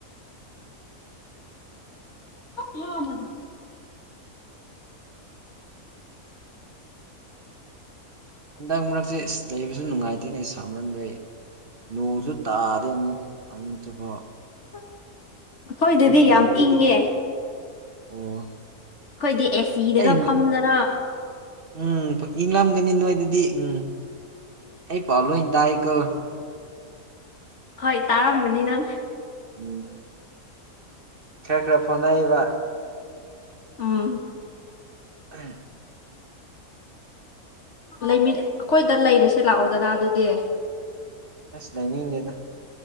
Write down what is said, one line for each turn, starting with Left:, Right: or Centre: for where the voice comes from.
Left: ꯍ ꯃ
Right: ꯍꯟꯗꯛ ꯃꯔꯛꯁꯦ ꯑꯁ ꯂꯩꯕꯁꯨ ꯅꯨꯡꯉꯥꯏꯇꯦꯅꯦ ꯁꯥꯝꯍꯟꯕꯩ ꯅꯣꯡꯁꯨ ꯇꯥꯔꯗꯤ ꯑꯃꯨꯛ ꯑꯃꯨ ꯆꯠꯄꯣ
Left: ꯑ ꯑꯩꯈꯣꯏꯗꯗꯤ
Right: ꯀꯨꯏꯔꯦ
Left: ꯌꯥꯝ ꯏꯪꯉꯦ
Right: ꯑꯣ
Left: ꯑꯩꯈꯣꯏꯗꯤ ꯑꯦꯁꯤꯗꯒ
Right: ꯑꯩ
Left: ꯐꯝꯗꯅ
Right: ꯎꯝ ꯏꯡꯂꯂꯝꯒꯅꯤ ꯅꯣꯏꯗꯗꯤ ꯎꯝ ꯑꯩ ꯄꯥꯎ ꯂꯣꯏ ꯇꯥꯛꯦꯀꯣ
Left: ꯍꯣꯏ ꯇꯥꯔꯝꯕꯅꯤ ꯅꯪ
Right: ꯎꯝ ꯈꯔ ꯈꯔ ꯐꯣꯟꯅꯕ
Left: ꯑꯥ
Right: ꯎꯝ
Left: ꯂꯩ ꯑꯩꯈꯣꯏꯗ ꯂꯩꯔꯁꯦ ꯂꯥꯛꯑꯣꯗꯅ ꯑꯗꯨꯗꯤ
Right: ꯑꯁ ꯂꯩꯅꯤꯡꯉꯦꯗ